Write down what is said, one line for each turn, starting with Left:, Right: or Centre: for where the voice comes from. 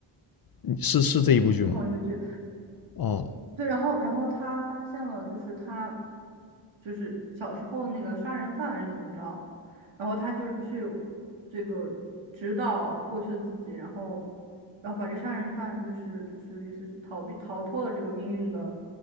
Left: 嗯是是这一部剧吗？
Right: 是同一个剧。
Left: 哦，
Right: 对，然后然后他发现了，就是他就是小时候那个杀人犯还是怎么着，然后他就去这个指导过去的自己，然后然后把这杀人犯就是就是意思是逃避逃脱了这个命运的，